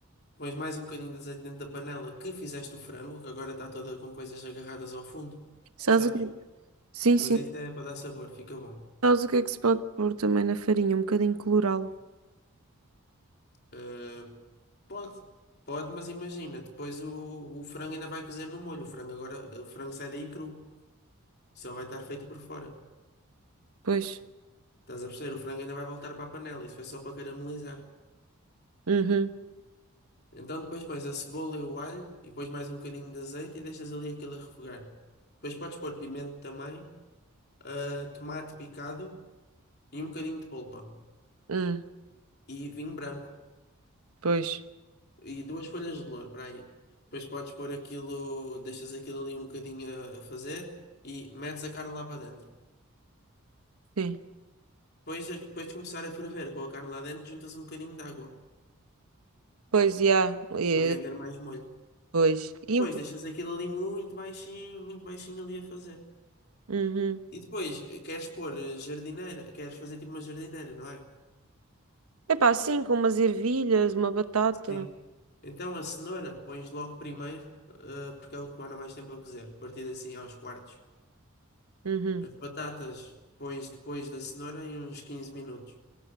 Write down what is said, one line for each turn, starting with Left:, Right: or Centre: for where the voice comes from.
Left: pões mais um bocadinho de azeite dentro da panela que fizeste o frango, que agora está toda com coisas agarradas ao fundo,
Right: Sabes
Left: sabes?
Right: o que... Sim,
Left: Mas
Right: sim.
Left: isso é para dar sabor, fica bom.
Right: Sabes o que é que se pode pôr também na farinha? Um bocadinho colorau.
Left: Ah, pode, pode, mas imagina, depois o, o frango ainda vai cozer no molho. O frango agora, o frango sai daí cru, só vai estar feito por fora.
Right: Pois.
Left: Estás a perceber? O frango ainda vai voltar para a panela, isso foi só para caramelizar.
Right: Uhum.
Left: Então depois pões a cebola e o alho, e pões mais um bocadinho de azeite e deixas ali aquilo a refogar. Depois podes pôr pimento também, ah, tomate picado e um bocadinho de polpa.
Right: Hum,
Left: E vinho branco.
Right: pois.
Left: e duas folhas de louro para aí. Depois podes pôr aquilo, deixas aquilo ali um bocadinho a, a fazer e metes a carne lá para dentro.
Right: Sim.
Left: Depois, de- depois de começar a ferver com a carne lá dentro, juntas um bocadinho de água
Right: Pois, já. É,
Left: para render mais molho.
Right: pois. E,
Left: Depois
Right: um po-
Left: deixas aquilo ali muito baixinho, muito baixinho ali a fazer.
Right: uhum.
Left: E depois eh, queres pôr eh, jardineira, queres fazer tipo uma jardineira, não é?
Right: Epá, sim, com umas ervilhas, uma batata.
Left: Sim. Então a cenoura pões logo primeiro, eh, porque é o que demora mais tempo a cozer. Partido assim aos quartos.
Right: Uhum.
Left: As batatas pões depois da cenoura em uns 15 minutos.